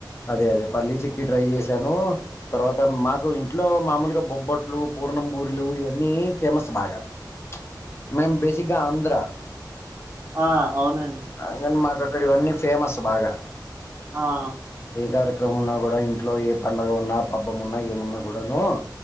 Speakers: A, on the left (about 35°); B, on the right (about 30°).
A: అదే అదే పల్లీ చిక్క్కీ ట్రై చేశాను తర్వాత మాకు ఇంట్లో మామూలుగా బొబ్బొట్లు. పూర్ణంబూర్లు ఇవన్నీ ఫేమస్ బాగా ప్చ్ మేము బేసిక్గా ఆంధ్ర.
B: ఆహ్ అవునండి.
A: అందుకు మాకు అక్కడ ఇవన్నీ ఫేమస్ బాగా.
B: ఆహ్.
A: ఏ కార్యక్రమం ఉన్నా కూడా ఇంట్లో ఏ పండుగ ఉన్నా పబ్బం ఉన్నా ఏమున్నా కూడాను.